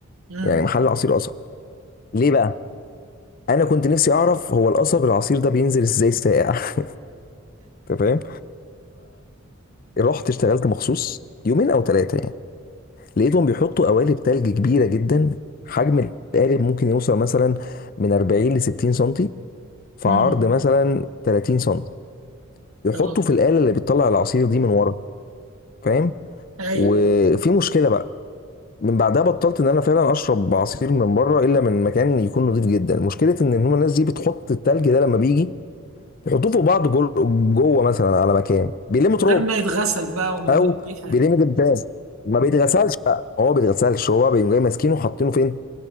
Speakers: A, on the right; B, on the left.
A: مم.
B: يعني محل عصير قصب ليه بقى انا كنت نفسي اعرف هو القصب العصير ده بينزل ازاي ساقع <laughs> انت فاهم فرحت اشتغلت مخصوص يومين او ثلاثه يعني لقيتهم بيحطوا قوالب تلج كبيره جدا حجم القالب ممكن يوصل مثلا من 40 ل 60 سنتي في
A: امم
B: عرض مثلا 30 سنتي يحطوا
A: اه
B: في الآلة اللي بتطلع العصير دي من ورا فاهم
A: ايوه
B: وفي مشكله بقى من بعدها بطلت ان انا فعلا اشرب عصير من بره الا من مكان يكون نظيف جدا مشكله ان هم الناس دي بتحط التلج ده لما بيجي يحطوه فوق بعض جول- جوه مثلا على مكان بيلموا
A: من
B: تراب
A: غير ما يتغسل بقى ومن
B: او
A: غير اي حاجه
B: بيلموا جدران ما بيتغسلش بقى هو ما بيتغسلش هو بيقوم جاي ماسكينه وحاطينه فين